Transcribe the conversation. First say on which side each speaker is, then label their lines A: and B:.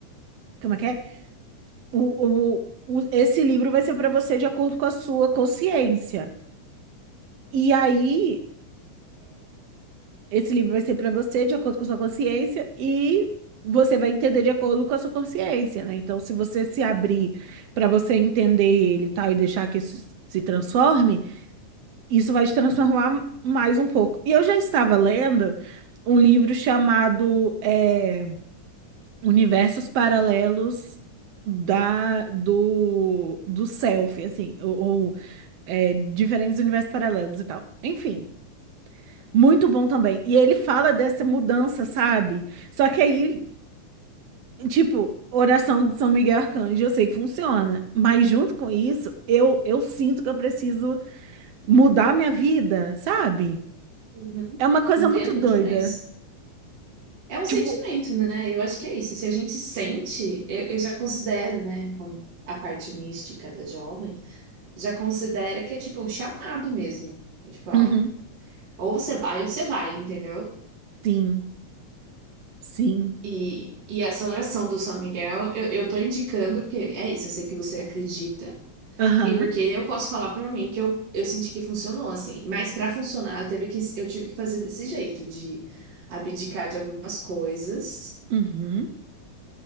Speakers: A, on the right; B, on the right.
A: como é que é? O, o, o- esse livro vai ser para você de acordo com a sua consciência. E aí, esse livro vai ser para você de acordo com a sua consciência e. Você vai entender de acordo com a sua consciência, né? Então, se você se abrir para você entender ele, e tal, e deixar que isso se transforme, isso vai te transformar mais um pouco. E eu já estava lendo um livro chamado é, Universos Paralelos da do do Self, assim, ou, ou, é, diferentes universos paralelos e tal. Enfim, muito bom também. E ele fala dessa mudança, sabe? Só que aí, tipo, oração de São Miguel Arcanjo, eu sei que funciona, mas junto com isso, eu eu sinto que eu preciso mudar minha vida, sabe?
B: Uhum.
A: É uma coisa
B: Entendo
A: muito doida.
B: demais. É um
A: Tipo,
B: sentimento, né? Eu acho que é isso. Se a gente sente, eu, eu já considero, né, como a parte mística da jovem, já considera que é tipo um chamado mesmo. É Tipo, ó,
A: uhum,
B: Ou você vai ou você vai, entendeu?
A: sim, sim,
B: E, e essa oração do São Miguel, eu, eu tô indicando porque é isso, eu sei que você acredita.
A: aham,
B: E porque eu posso falar por mim que eu, eu senti que funcionou assim, mas para funcionar eu teve que eu tive que fazer desse jeito, de abdicar de algumas coisas
A: uhum,